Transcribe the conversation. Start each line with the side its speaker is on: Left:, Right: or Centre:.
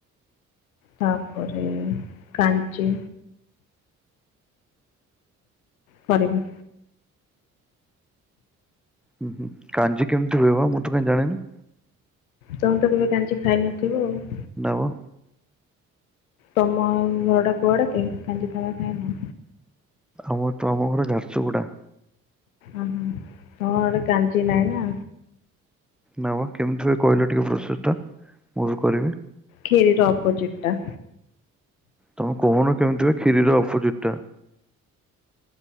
Left: ତାପରେ କାଞ୍ଜି କରିବି।
Centre: ହୁଁ ହୁଁ କାଞ୍ଜି କେମିତି ହୁଏ ମୁଁ? ତ କାଇଁ ଜାଣିନି।
Left: ତମେ ତ କେବେ କାଞ୍ଜି ଖାଇନଥିବ ଆଉ।
Centre: ନା ମ
Left: ତମ ଘର ଟା କୁଆଡେ କି କାଞ୍ଜି ତମେ ଖାଇନ?
Centre: ଆମର ତ ଆମ ଘର ଝାରସୁଗୁଡା।
Left: ଓ ହୋ ତମ ଆଡେ କାଞ୍ଜି ନାହିଁ ନା।
Centre: ନାଁ ମ କେମିତି ହୁଏ କହିଲ ଟିକେ। ପ୍ରୋସେସ ଟା ମୁଁ ବି କରିବି।
Left: ଖିରି ର ଅପଜିଟି ଟା।
Centre: ତମେ କହୁନ କେମିତି ହୁଏ କ୍ଷୀରିର ଅପୋଜିଟ ଟା।